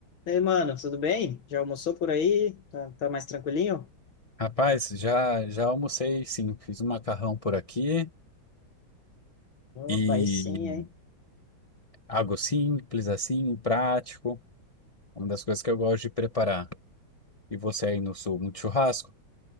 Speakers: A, on the left; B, on the left.
A: E aí, mano, tudo bem? Já almoçou por aí? Tá, tá mais tranquilinho?
B: Rapaz, já já almocei, sim. Fiz um macarrão por aqui
A: Opa,
B: e
A: aí sim, hein?
B: algo simples assim, prático, uma das coisas que eu gosto de preparar. E você aí no sul, muito churrasco?